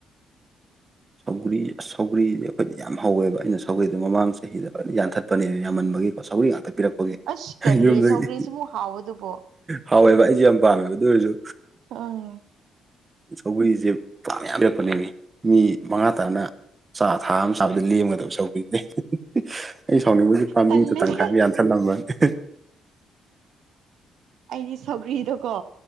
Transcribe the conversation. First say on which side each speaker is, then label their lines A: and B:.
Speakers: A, on the right; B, on the right.
A: ꯁꯧꯒ꯭ꯔꯤ ꯁꯧꯒ꯭ꯔꯤꯁꯦ ꯑꯩꯈꯣꯏꯗꯤ ꯌꯥꯝ ꯍꯧꯋꯦꯕ ꯑꯩꯅ ꯁꯧꯒ꯭ꯔꯤꯗꯣ ꯃꯃꯥꯡ ꯆꯍꯤꯗꯅ ꯌꯥꯟꯊꯠꯄꯅꯦ ꯌꯥꯝꯃꯟꯕ ꯁ ꯇꯠꯄꯤꯔꯛꯄꯒꯤ
B: ꯑꯁ ꯀꯔꯤ
A: ꯌꯨꯝꯗꯒꯤ
B: ꯁꯧꯒ꯭ꯔꯤꯁꯤꯃꯨꯛ ꯍꯥꯎꯕꯗꯨꯕꯣ
A: ꯍꯥꯎꯋꯦꯕ ꯑꯩꯁꯨꯦ ꯌꯥꯝ ꯄꯥꯝꯃꯦꯕ ꯑꯗꯨ ꯑꯣꯏꯔꯁꯨ
B: ꯑꯣ
A: ꯁꯧꯒꯔꯤꯁꯦ ꯄꯥ ꯃ ꯌꯥꯝ ꯄꯤꯔꯛꯄꯅꯦꯃꯤ ꯃꯤ ꯃꯉꯥ ꯇꯔꯅ ꯆꯥ ꯊꯥ ꯑꯃ ꯆꯥꯕꯗ ꯂꯦꯝꯒ ꯑꯗꯨꯝ ꯁꯧꯕꯤꯗꯩ ꯑꯩ ꯁꯥꯎꯅꯤꯡꯕꯕꯁꯤ ꯄꯥꯝꯕꯤꯗꯨꯣ
B: ꯇꯜꯂꯤꯍꯦ
A: ꯇꯪꯈꯥꯏ ꯑꯃ ꯌꯥꯟꯊꯠꯂꯝꯕꯅꯤ <unintelligible>
B: ꯑꯩꯗꯤ ꯁꯧꯒ꯭ꯔꯤꯗꯣꯀꯣ